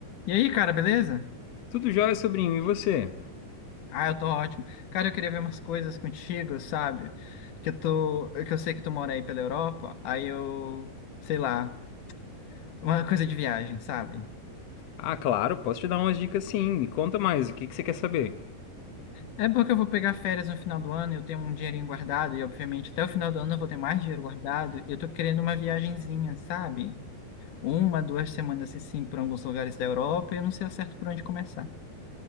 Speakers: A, on the left (about 60°); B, on the left (about 80°).
A: E aí, cara, beleza?
B: Tudo jóia, sobrinho, e você?
A: Ah, eu tô ótimo. Cara, eu queria ver umas coisas contigo, sabe? Que eu tô, que eu sei que tu mora aí pela Europa, aí eu, sei lá, uma coisa de viagem, sabe?
B: Ah, claro, posso te dar umas dicas sim. Me conta mais, o que que você quer saber?
A: É porque eu vou pegar férias no final do ano, eu tenho um dinheirinho guardado e obviamente até o final do ano eu vou ter mais dinheiro guardado, e eu tô querendo uma viagenzinha, sabe? Uma, duas semanas assim, por alguns lugares da Europa, e eu não sei ao certo por onde começar.